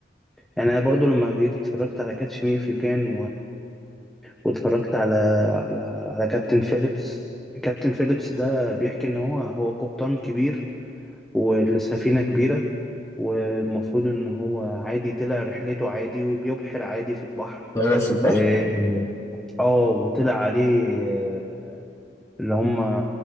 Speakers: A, in the centre; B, on the left.
A: يعني أنا برضو لما جيت اتفرجت على كاتش مي إف يو كان واتفرجت على على على كابتن فيليبس كابتن فيليبس ده بيحكي ان هو هو قبطان كبير والسفينة كبيرة والمفروض ان هو عادي طلع رحلته عادي وبيبحر عادي في البحر
B: طير في البحر
A: اه آه، وطلع عليه آه، اللي هم